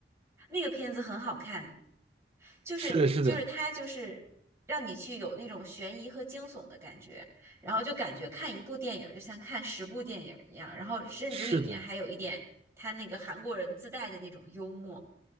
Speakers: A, on the right (about 15°); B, on the right (about 35°).
A: 那个片子很好看。就是就是它就是让你去有那种悬疑和惊悚的感觉，
B: 是的，是的，
A: 然后就感觉看一部电影就像看十部电影一样，然后甚至里面还有一点他那个韩国人自带的那种幽默。
B: 是的，